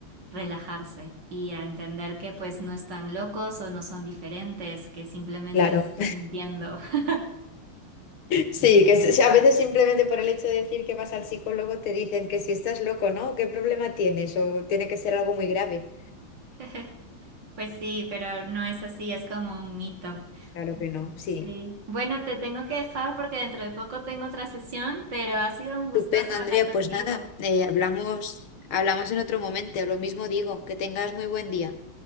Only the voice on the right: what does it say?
relajarse y a entender que pues no están locos o no son diferentes, que simplemente
están sintiendo. <laughs>
Sí.
<laughs> Pues sí, pero no es así, es como un mito.
Sí. Bueno, te tengo que dejar porque dentro de poco tengo otra sesión, pero ha sido un gustazo
hablar contigo.